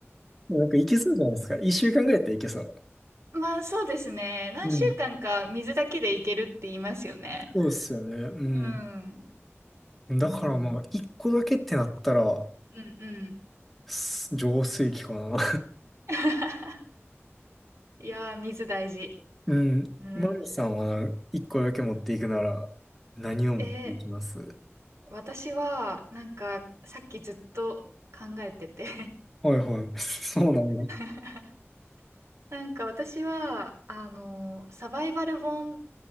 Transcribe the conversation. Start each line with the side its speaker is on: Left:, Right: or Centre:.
Centre: なんかいけそうじゃないですか。一週間ぐらいやったらいけそう。
Right: まあそうですね。何週間か水だけでいけるって言いますよね。
Centre: うん。そうっすよね。う
Right: うん。
Centre: ん。だからまあ、
Right: うん。
Centre: 一個だけってなったら、
Right: うんうん。
Centre: す浄水器かな。
Right: <laughs> いやー、水大事。
Centre: <laughs> うん。
Right: うん。
Centre: マミさんは一個だけ持っていくなら、何を持っていきます
Right: え、私は、なんか、さっきずっと考えてて
Centre: はいはい。<laughs> そうなんだ。
Right: <laughs> なんか私は、あの、サバイバル本